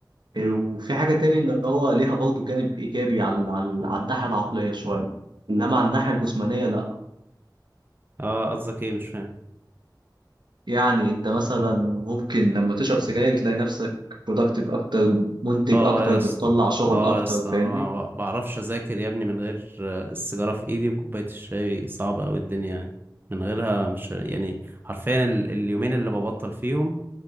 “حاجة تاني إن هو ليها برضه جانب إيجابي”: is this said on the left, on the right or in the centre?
Right